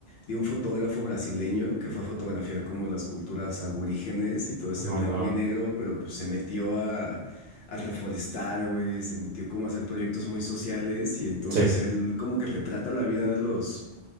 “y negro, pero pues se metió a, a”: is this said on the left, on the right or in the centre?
Left